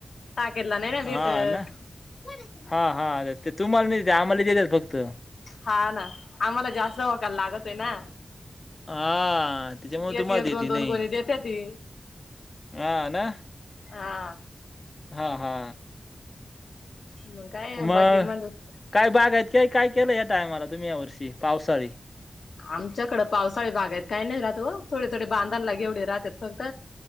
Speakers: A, on the left; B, on the left.
A: टाकेदला नाही ना भेटत.
B: हा ना हा हा. ते तुम्हाला नाही देतात, आम्हाला देतात फक्त.
A: हा ना, आम्हाला जास्त वकाल लागतो ना.
B: हा, त्याच्यामुळ
A: एक
B: तुम्हाला
A: एक
B: देते
A: दोन दोन
B: नई
A: कोणी देते ती
B: हा ना,
A: हा
B: हा, हा
A: मंग काय
B: मग
A: बाकी म्हटलं?
B: काय बाग आहेत का काय केलं या टायमाला तुम्ही या वर्षी पावसाळी?
A: आमच्याकड पावसाळी बागायत काही नाही राहत ओ थोडे, थोडे बांधाला घेवढे राहतात फक्त-